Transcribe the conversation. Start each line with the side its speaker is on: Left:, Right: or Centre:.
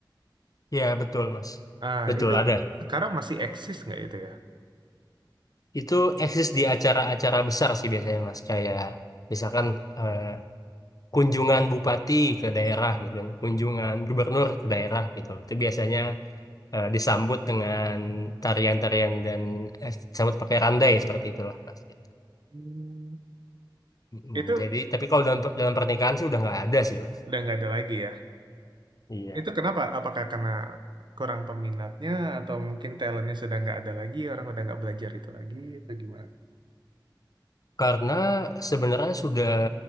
Left: ya betul Mas,
Right: Ah
Left: betul
Right: itu
Left: ada.
Right: sekarang masih eksis nggak itu ya?
Left: Itu eksis di acara-acara besar sih biasanya Mas, kayak misalkan eh, kunjungan bupati ke daerah gitu, kunjungan gubernur ke daerah gitu. Itu biasanya eh, disambut dengan tarian-tarian dan eh, disambut pakai randai seperti itulah, Mas. Gitu.
Right: Hmm.
Left: Mm,
Right: Itu
Left: Jadi, tapi kalau dalam dalam pernikahan sih udah nggak ada sih, Mas.
Right: udah nggak ada lagi ya.
Left: Iya.
Right: Itu kenapa? Apakah karena kurang peminatnya atau mungkin talentnya sudah nggak ada lagi, orang udah nggak belajar itu lagi, atau gimana?
Left: Karena sebenarnya sudah